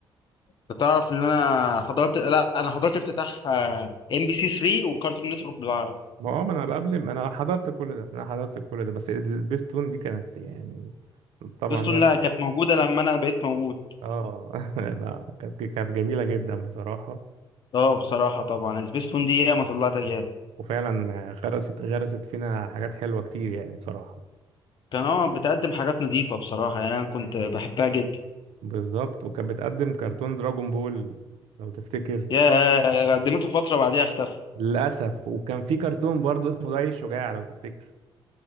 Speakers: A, on the left (about 55°); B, on the right (about 80°).
A: انت تعرف ان انا حضرت لا انا حضرت افتتاح ام بي سي 3 وكارتون نتورك بالعربي
B: ما هو ما انا قبل ما انا حضرت كل ده انا حضرت كل ده بس سبيستون دي كانت يعني طبعا
A: سبيستون
B: ليها
A: لا كانت موجودة لما انا بقيت موجود
B: اه <laughs> لا، كانت كانت جميلة جدا بصراحة
A: اه بصراحة طبعا سبيس تون دي ياما طلعتها جامد
B: وفعلا غرست غرست فينا حاجات حلوة كتير يعني بصراحة
A: كان اه بتقدم حاجات نظيفة بصراحة يعني أنا كنت بحبها جدا
B: بالظبط وكانت بتقدم كرتون دراجون بول لو تفتكر
A: يا قدمته فترة بعديها اختفى
B: للأسف وكان في كرتون برضو اسمه داي الشجاع لو تفتكر